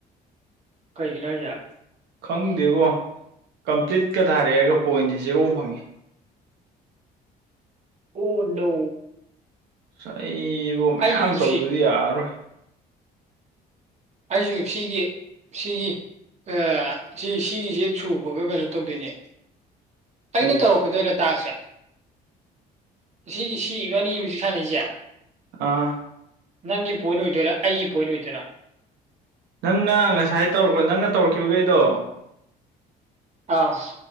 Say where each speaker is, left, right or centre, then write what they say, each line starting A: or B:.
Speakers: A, on the right; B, on the right.
A: ꯀꯩꯒꯤꯅꯣ ꯍꯥꯏꯁꯦ?
B: ꯈꯪꯗꯦꯕꯣ ꯀꯝꯄ꯭ꯂꯤꯠꯀ ꯊꯥꯔꯛꯑꯒ ꯄꯣꯏꯟꯗꯤ ꯖꯦꯔꯣ ꯐꯪꯉꯤ꯫
A: ꯑꯣ ꯅꯣ꯫
B: ꯑꯩ ꯏꯕꯣ ꯃꯌꯥꯝ
A: ꯑꯩꯁꯨ
B: ꯇꯧꯗꯗꯤ
A: ꯁꯤ
B: ꯌꯥꯔꯔꯣꯏ꯫
A: ꯑꯩꯁꯨ ꯁꯤꯒꯤ ꯁꯤꯒꯤ, ꯑꯦ ꯁꯤ ꯁꯤꯒꯤꯁꯦ ꯁꯨꯕꯒ ꯀꯩꯅꯣ ꯇꯧꯗꯣꯏꯅꯦ꯫
B: ꯀꯔꯤ
A: ꯑꯩꯅ ꯇꯧꯔꯛꯀꯗꯣꯏꯔꯥ ꯇꯥꯛꯁꯁꯦ? ꯁꯤꯒꯤ ꯁꯤ ꯏꯕꯥꯅꯤ ꯍꯧꯖꯤꯛ ꯁꯥꯅꯩꯁꯦ,
B: ꯑꯥ
A: ꯅꯪꯒꯤ ꯄꯣꯏꯟ ꯑꯣꯏꯗꯣꯏꯔꯥ ꯑꯩꯒꯤ ꯄꯣꯏꯟ ꯑꯣꯏꯗꯣꯏꯔꯥ?
B: ꯅꯪꯅ ꯉꯁꯥꯏ ꯇꯧꯔꯛꯄ ꯅꯪꯅ ꯇꯧꯔꯛꯈꯤꯕꯈꯩꯗꯣ,
A: ꯑꯥ